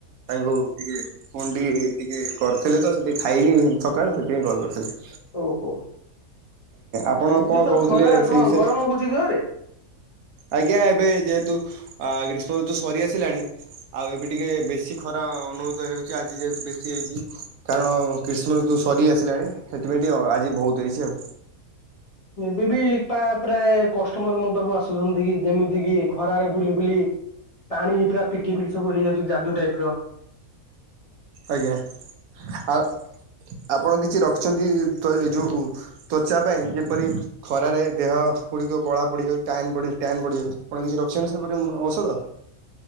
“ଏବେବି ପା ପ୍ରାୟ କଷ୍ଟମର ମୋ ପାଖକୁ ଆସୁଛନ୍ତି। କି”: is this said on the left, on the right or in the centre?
Left